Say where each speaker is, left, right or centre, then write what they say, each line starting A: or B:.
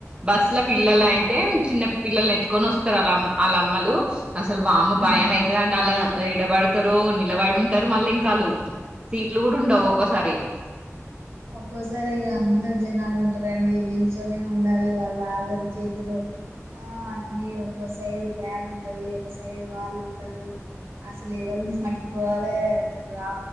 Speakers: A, on the right; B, on the right.
A: బస్ల పిల్లలు
B: ఆ
A: అయితే చిన్న పిల్లల్ని ఎత్తుకొని వస్తరు ఆళ్ల ఆళ్ల అమ్మలు అసలు వామ్మో
B: హ్మ్.
A: భయం అయితదండి అల్లా ఎడబడు తరో అని నిలబడి ఉంటరు మళ్ళీ ఇంకా ఆళ్ళు సీట్లు కూడా ఉండవు ఒక్కొసారి.
B: ఒక్కోసారి అందరు జనాలు ఉంటరండి, నిల్చోనే ఉండాలి, వాళ్ళు ఆగరు చేతిలో. ఆ అటుని ఒక సైడ్ బ్యాగ్ ఉంటది ఒక సైడ్ వాళ్ళు ఉంటరు. అసలు ఎవళ్ని పట్టుకోవాలే అసలు ఆ